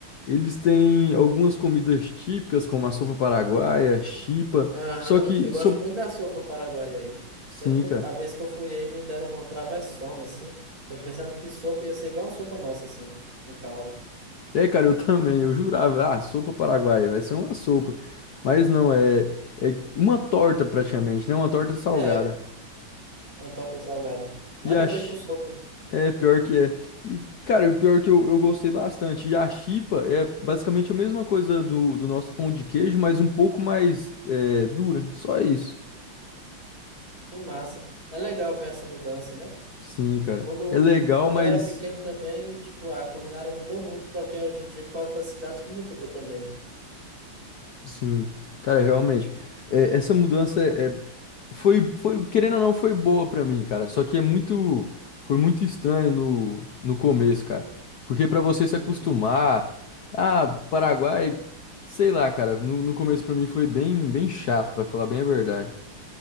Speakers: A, on the left (about 60°); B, on the right (about 45°).
A: eles têm algumas comidas típicas como a sopa paraguaia, chipa,
B: Aham,
A: só que
B: eu gosto
A: so,
B: muito da sopa paraguaia aí.
A: sim,
B: Sempre quando,
A: cara.
B: a vez que eu fui aí, me deram uma travessona, assim. Eu pensando que sopa ia ser igual a sopa nossa, assim, com caldo.
A: É, cara, eu também. Eu jurava, ah, sopa paraguaia, vai ser uma sopa. Mas não, é, é uma torta praticamente, né? Uma torta salgada.
B: É, uma torta salgada. Nada
A: E a,
B: a ver
A: chi-
B: com sopa,
A: é pior que é. E, cara, o pior que eu, eu gostei bastante. E a chipa é basicamente a mesma coisa do, do nosso pão de queijo, mas um pouco mais é, dura. Só isso.
B: e massa. É legal ver essa mudança, né?
A: Sim, cara.
B: Quando,
A: É legal,
B: quando
A: mas.
B: eu era pequeno também, tipo, a culinária mudou muito para o que é hoje em dia, por causa da cidade que mudou também.
A: Sim, cara, realmente. é, essa mudança é, foi, foi, querendo ou não, foi boa pra mim, cara. Só que é muito, foi muito estranho no, no começo, cara. Porque pra você se acostumar,
B: Uhum.
A: ah, Paraguai, sei lá, cara, no, no começo pra mim foi bem, bem chato, pra falar bem a verdade.